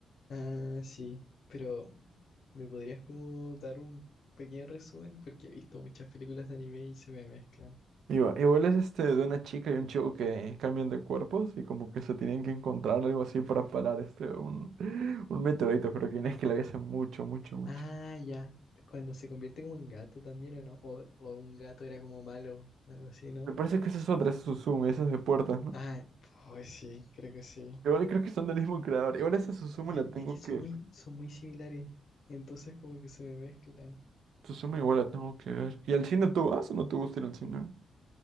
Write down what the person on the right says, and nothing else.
Igual, igual es este de una chica y un chico que cambian de cuerpos y como que se tienen que encontrar algo así para parar este un, <laughs> un meteorito, creo que no, es que la vi hace mucho, mucho, mucho.
Me parece que esa es otra, esa es Suzume, esa es de puertas, ¿no?
Igual creo que son del mismo creador. Igual esa Suzume
la tengo
que... ver.
Suzume igual la tengo que ver. ¿Y al cine tú vas o no te gusta ir al cine?